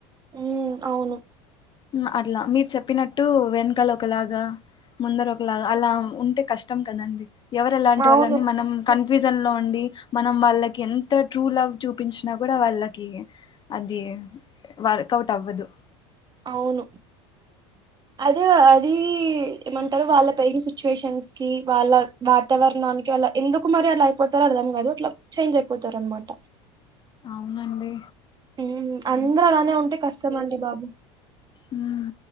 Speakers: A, on the right (about 30°); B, on the left (about 30°).
A: ఉమ్ అవును
B: ఉమ్ అట్లా మీరు చెప్పినట్టు వెనకాల ఒకలాగా ముందర ఒకలాగా అలా ఉంటే కష్టం కదండి ఎవరెలాంటి
A: అవును
B: వాళ్ళు అని మనం కన్ న్ఫ్యూషన్ లో ఉండి మనం వాళ్ళకి ఎంత ట్రూ లవ్ చూపించినా కూడా వాళ్ళకి అది వర్కౌట్ అవ్వదు
A: అవును అది అది ఏమంటారు వాళ్ళ పెరిగిన సిచ్యువేషన్స్ కి వాళ్ళ వాతావరణానికి వాళ్ళ ఎందుకు మరి అలా అయిపోతారో అర్థం కాదు అట్లా చేంజ్ అయిపోతారు అనమాట
B: అవునండి
A: ఉమ్ అందరు అలానే ఉంటే కష్టమండి బాబు
B: ఉమ్